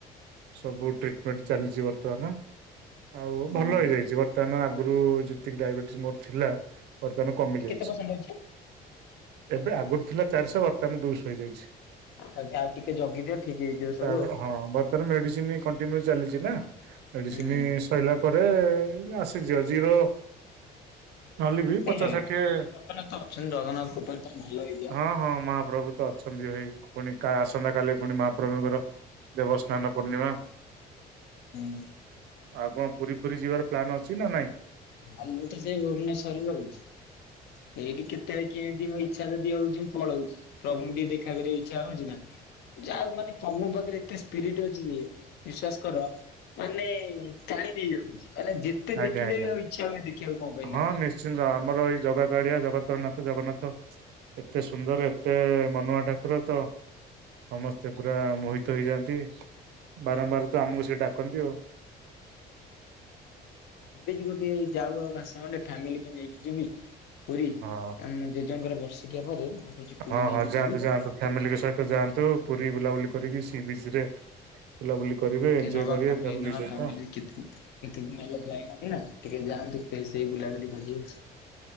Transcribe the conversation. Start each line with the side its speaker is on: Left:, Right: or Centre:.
Right: ସବୁ ଟ୍ରିଟମେଣ୍ଟ ଚାଲିଚି ବର୍ତ୍ତମାନ ଆଉ
Left: ହୁଁ
Right: ଭଲ ହେଇଯାଇଚି। ବର୍ତ୍ତମାନ ଆଗୁରୁ ଯେତିକି ଡାଇବେଟିସ୍ ମୋର ଥିଲା, ବର୍ତ୍ତମାନ କମି ଯାଇଚି।
Left: ତମ ସାଙ୍ଗ ଅଛି।
Right: ଏବେ ଆଗୁରୁ ଥିଲା ଚାରିଶହ, ବର୍ତ୍ତମାନ ଦୁଇଶହ ହେଇଯାଇଚି।
Left: ଆଜ୍ଞା, ଆଉ ଟିକେ ଜଗିଦିଅ ଠିକ୍ ହେଇଯିବ
Right: ତାପରେ
Left: ସବୁ ଆଉ।
Right: ହଁ ବର୍ତ୍ତମାନ ମେଡିସିନି କଣ୍ଟିନ୍ୟୁ ଚାଲିଚି ନା, ମେଡିସିନି
Left: ହୁଁ।
Right: ସଇଲା ପରେ ଆସିଯିବ। ଜିରୋ, ନହେଲେ ବି
Left: ହେଇଯାଏ
Right: ପଚାଶ, ଷାଠିଏ
Left: ଜଗନ୍ନାଥ ଅଛନ୍ତି ଜଗନ୍ନାଥ କୃପାରୁ ତମେ ଭଲ ହେଇ
Right: ହଁ ହଁ, ମହାପ୍ରଭୁ ତ ଅଛନ୍ତି ଭାଇ। ପୁଣି କା ଆସନ୍ତାକାଲି ପୁଣି ମହାପ୍ରଭୁଙ୍କର ଦେବସ୍ନାନ ପୂର୍ଣ୍ଣିମା
Left: ଉଁ
Right: ଆଉ କଣ ପୁରୀ ଫୁରି ଯିବାର ପ୍ଲାନ୍ ଅଛି, ନା ନାଇଁ?
Left: ହଁ, ମୁଁ ତ ସେଇ ଭୁବନେଶ୍ଵରରେ ରହୁଚି। ଏଇଠି କେତେବେଳେ କେନ୍ତି ଇଚ୍ଛା ଯଦି ହଉଚି, ମୁଁ ପଳଉଚି। ପ୍ରଭୁଙ୍କୁ ଟିକେ ଦେଖାକରିବାକୁ ଇଚ୍ଛା ହଉଚି ନା। ଯାହାହଉ ମାନେ ତମ ପାଖରେ ଏତେ ସ୍ପିରିଟ୍ ଅଛି ଯେ, ବିଶ୍ବାସ କର ମାନେ ଟାଣି ନେଇ ଯାଉଚି, ମାନେ ଯେତେ
Right: ଆଜ୍ଞା
Left: ଦେଖିଲେ
Right: ଆଜ୍ଞା
Left: ବି ଆଉ ଇଚ୍ଛା ହୁଏ ଦେଖିବାକୁ କଣ ପଇଲା
Right: ହଁ ନିଶ୍ଚିନ୍ତ। ଆମର ଏଇ ଜଗା କାଳିଆ, ଜଗତରନାଥ ଜଗନ୍ନାଥ ଏତେ ସୁନ୍ଦର, ଏତେ ମନୁଆ ଠାକୁର, ତ ସମସ୍ତେ ପୁରା ମୋହିତ ହେଇଯାଆନ୍ତି, ବାରମ୍ବାର ତ ଆମକୁ ସିଏ ଡାକନ୍ତି ଆଉ। <unintelligible>
Left: ଭାବିଚି ଗୋଟିଏ, ଯାଉ ଆଉ ମାସେ ଖଣ୍ଡେ ଫ୍ୟାମିଲିକି ନେଇକି ଯିବି ପୁରୀ,
Right: ହଁ
Left: ଆମ ଜେଜେଙ୍କର ବର୍ଷିକିଆ ପରେ ଭାବୁଛି ପୁରୀ
Right: ହଁ
Left: ନେଇକି
Right: ହଁ, ଯାଆନ୍ତୁ
Left: ଯିବି।
Right: ଯାଆନ୍ତୁ। ଫ୍ୟାମିଲିଙ୍କ
Left: ତ
Right: ସହିତ ଯାଆନ୍ତୁ, ପୁରୀ ବୁଲାବୁଲି କରିକି ସି ବିଚ୍ ରେ ବୁଲାବୁଲି କରିବେ ଏଞ୍ଜୟ
Left: କି ନବା,
Right: କରିବେ
Left: ଫ୍ୟାମିଲ
Right: ଫ୍ୟାମିଲି
Left: ନବା,
Right: ସହିତ
Left: ଫ୍ୟାମିଲିକି କେତ କେତେ ଦିନ ହେଲା ଯାଇନାହାଁନ୍ତି ନା, ଟିକେ ଯାଆନ୍ତୁ ଫେର ସେଇ ବୁଲାବୁଲି କରିି ଆସୁ